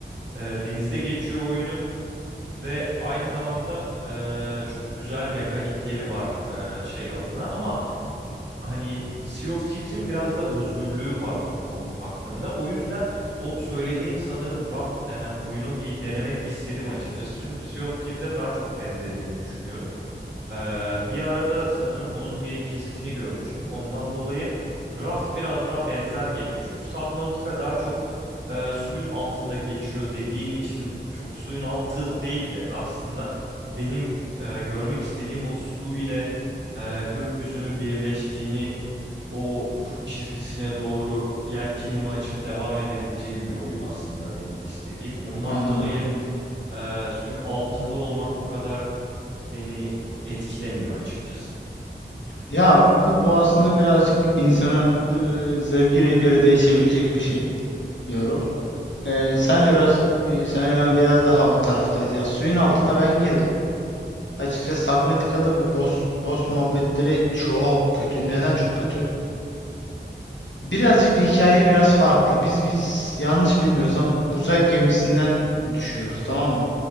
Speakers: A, on the right; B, on the left.
A: e, denizde geçiyor oyunun. Ve aynı zamanda e, çok güzel mekanikleri var e, şey adına ama hani Sea of Thieves'in biraz da özgürlüğü var bu konu hakkında. O yüzden o söylediğin sanırım Raft denen oyunu bir denemek istedim açıkçası. Çünkü Sea of Thieves'e daha çok benzediğini düşünüyorum. Ee, bir arada sanırım onun bir kesitini görmüştüm. Ondan dolayı Raft biraz daha benzer geliyor. Çünkü Subnautica daha çok e, suyun altında geçiyor dediğin için çok suyun altı değil de aslında benim e, görmek istediğim o su ile e, gökyüzünün birleştiğini o ufuk çizgisine doğru yelkenimi açıp devam edebileceğim bir oyun aslında benim istediğim. Ondan
B: anladım.
A: dolayı e, suyun altında olmak o kadar beni etkilemiyor açıkçası.
B: Ya bu bu aslında birazcık insanı e, zevkine göre değişebilecek bir şey diyorum. E, senle biraz e, senle ben biraz daha o taraftayız. Ya suyun altına ben girdim. Açıkçası Subnautica'da bir boss boss muhabbetleri çok kötü. Neden çok kötü? Birazcık hikaye biraz farklı. Biz biz yanlış bilmiyorsam uzay gemisinden düşüyoruz, tamam mı?